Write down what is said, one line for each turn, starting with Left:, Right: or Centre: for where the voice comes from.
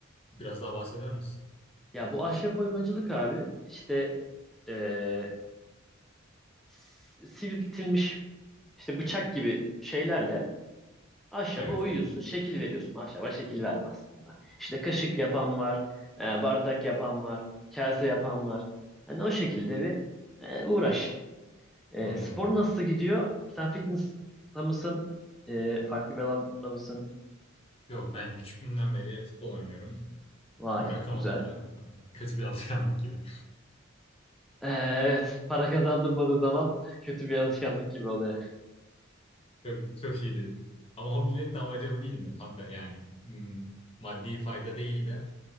Left: Biraz daha bahseder misin?
Centre: Ya bu ahşap oymacılık abi işte ee, s- sivriltilmiş işte bıçak gibi şeylerle ahşabı
Left: Evet,
Centre: oyuyorsun.
Left: evet.
Centre: Şekil veriyorsun. Ahşaba şekil verme aslında. İşte kaşık yapan var, e, bardak yapan var, kase yapan var. Hani o şekilde bir e, uğraş. E,
Left: Anladım.
Centre: spor nasıl gidiyor? Sen fitness'ta mısın? E, farklı bir alanda mısın?
Left: Yok ben küçüklüğümden beri futbol oynuyorum.
Centre: Vay,
Left: Bırakamadım
Centre: güzel.
Left: da. Kötü bir alışkanlık gibi.
Centre: E, evet, para kazandırmadığı zaman <laughs> kötü bir alışkanlık gibi oluyor.
Left: <laughs> Çok, çok iyi dedin. Ama hobilerin de amacı bu değil mi? Tam da yani hmm, maddi fayda değil de